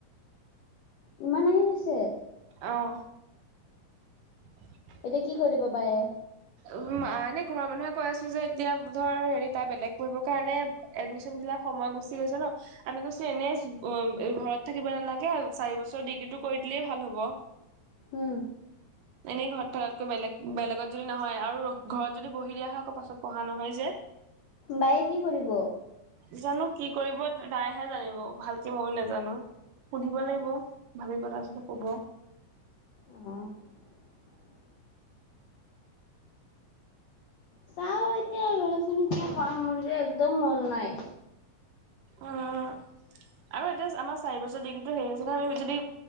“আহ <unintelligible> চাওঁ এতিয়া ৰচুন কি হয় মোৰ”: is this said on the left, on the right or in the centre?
Left